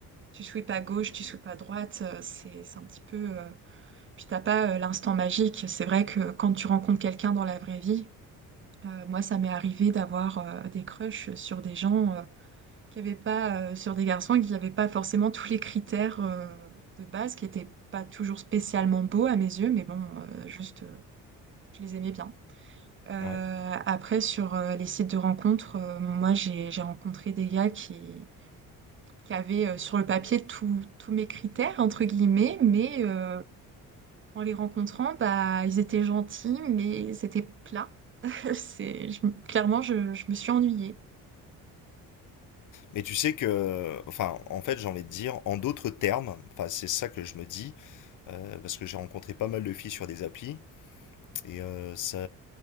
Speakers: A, on the right (about 30°); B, on the left (about 55°).
A: tu sweeps à gauche, tu sweeps à droite, euh, c'est c'est un petit peu... euh, Puis t'as pas euh, l'instant magique. C'est vrai que quand tu rencontres quelqu'un dans la vraie vie, euh, moi ça m'est arrivé d'avoir euh, des crushs sur des gens euh, qu'il n'y avait pas euh, sur des garçons, qu'il n'y avait pas forcément tous les critères euh, de base qui n'étaient pas toujours spécialement beaux à mes yeux, mais bon, euh, juste, euh, je les aimais bien. Euh,
B: ouais.
A: après, sur euh, les sites de rencontres, euh, moi, j'ai, j'ai rencontré des gars qui, qui avaient euh, sur le papier tous tous mes critères, entre guillemets, mais euh, en les rencontrant, bah, ils étaient gentils, mais c'était plat. <laughs> C'est, je- clairement, je, je me suis ennuyée.
B: Mais tu sais que, enfin, en fait, j'ai envie de dire, en d'autres termes, enfin, c'est ça que je me dis, euh, parce que j'ai rencontré pas mal de filles sur des applis. Et euh, ça